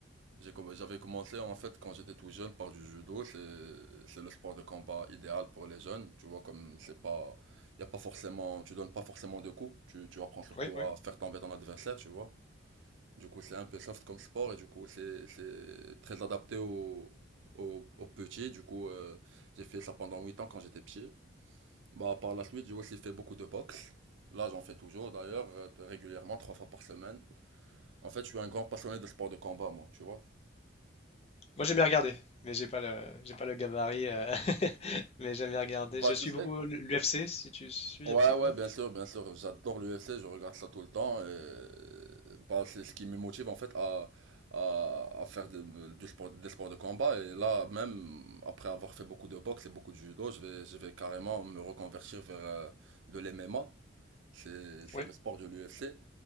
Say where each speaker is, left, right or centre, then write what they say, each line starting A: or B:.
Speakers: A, on the right; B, on the left.
A: J'ai comm- J'avais commencé en fait quand j'étais tout jeune par du judo, c'est c'est le sport de combat idéal pour les jeunes, tu vois comme c'est pas y a pas forcément tu donnes pas forcément de coups, tu tu apprends surtout
B: Oui, oui.
A: à faire tomber ton adversaire, tu vois. Du coup, c'est un peu soft comme sport et du coup, c'est c'est très adapté aux aux, aux petits. Du coup, euh, j'ai fait ça pendant 8 ans quand j'étais petit. Bah par la suite, j'ai aussi fait beaucoup de boxe. Là, j'en fais toujours d'ailleurs euh, régulièrement trois fois par semaine. En fait, je suis un grand passionné de sport de combat moi, tu vois.
B: Moi, j'aime bien regarder, mais j'ai pas le, j'ai pas le gabarit. euh, <laughs> mais j'aime bien regarder.
A: Bah,
B: Je
A: tu
B: suis
A: sais,
B: beaucoup l'UFC, si tu suis
A: Ouais,
B: un petit peu.
A: ouais, bien sûr, bien sûr. J'adore l'UFC, je regarde ça tout le temps. Et... euh, Bah, c'est ce qui me motive en fait à, à, à faire de- du sport, des sports de combat. Et là, même après avoir fait beaucoup de boxe et beaucoup de judo, je vais, je vais carrément me reconvertir vers euh, de l'MMA. C'est, c'est
B: Oui,
A: le sport de l'UFC.